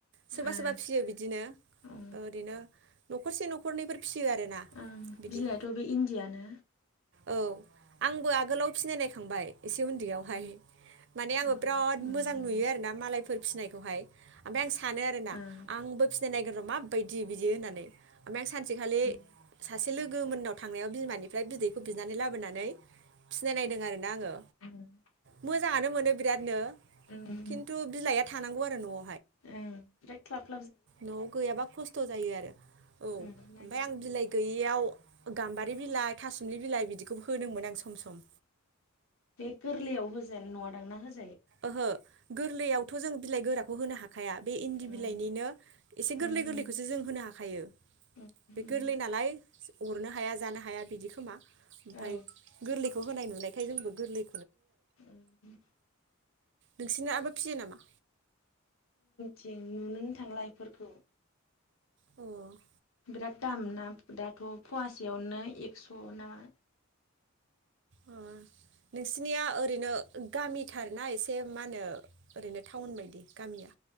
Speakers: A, on the right; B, on the left.
A: सोरबा
B: ए
A: सोरबा फियो बिदिनो
B: औ
A: ओरैनो नखरसे नखरनैफोर फियो आरोना
B: ओं
A: बिदि
B: बिलायाथ बे इन्दियानो
A: औ आंबो आगोलाव फिनायनायखांबाय एसे उन्दैयावहाय। मानेआङो
B: औ
A: ब्राद
B: उम
A: मोजांनुयोआरोना मालायफोर फिसिनायखौहाय ओमफायआं सानो आरोना
B: उम
A: आंबो फिस जे नायदों मोन माबायदि बिदि होननानै आ सानसेखालि
B: ओं
A: ससे लोगो मोननाव थांनायाव बिमानिफ्राय बिदै बिनानै लाबोनानै फिनायनायदों आरोना आङो
B: उम
A: मोजाङानो मोन बिरादनो
B: उम उम
A: खिनथु बिलाइया थानांगौ आरो न'आव
B: ओं बेेक्लाब
A: न'आव गैयाबा खस्थ' जायो आरो औ ओमफफ्राय
B: ओं नागिरनो
A: आं बिलाइ गैयैयाव गाम्बारि बिलाइ थासुमलि बिलाइ बिदिखौ होदोंमोन आं सम सम
B: बे गोरलैयाव होजेन नंआ दांना हो
A: ओहो गोरलैयावथ' जों बिलाइ गोराखौ होनो हा हाया बे इन्दि
B: उम
A: बिलाइनिनो एसे
B: उम
A: गोरलै गोरलैखौसो जों होनो हाखायो
B: उम
A: बे गोरलै नालाय अरनो हाया जानो हाया बिदिखोमा ओमफ्राय
B: औ
A: गोरलैखौ होनाय नुनायखाय जोंबो गोरलै
B: ओ उम
A: नोंसिनाबो फियो नामा?
B: थिं नुनोनो थांला इफोरखौ।
A: अ'
B: बिराद दाम ना दाथ' फवास सेयावनो एक स' नामा?
A: ओ नोंसिनिया ओरैनो गामिथार ना एसे मा होनो ओरैनो टाउन बायदि गामिया